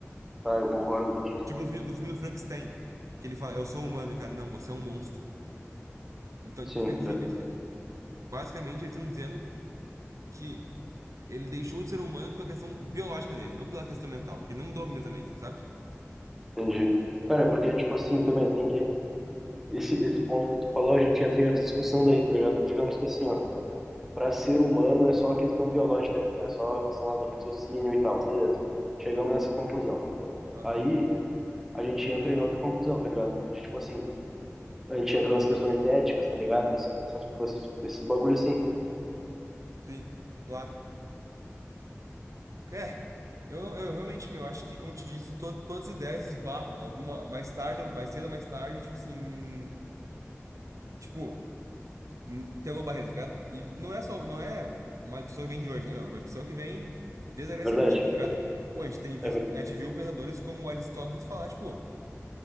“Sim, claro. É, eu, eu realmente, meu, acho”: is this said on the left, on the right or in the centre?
Right